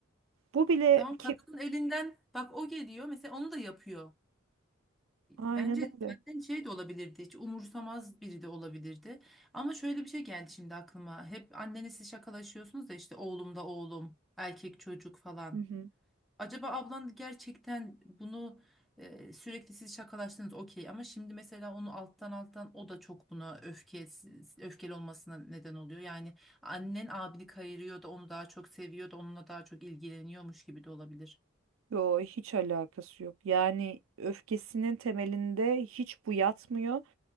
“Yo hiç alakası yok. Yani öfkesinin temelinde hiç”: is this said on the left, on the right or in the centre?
Right